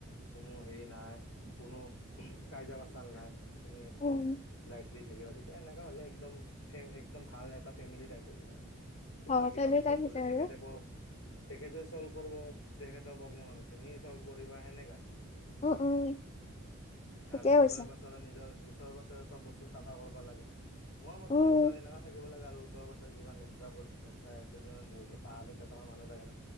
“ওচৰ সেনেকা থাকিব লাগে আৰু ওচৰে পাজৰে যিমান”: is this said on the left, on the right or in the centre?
Left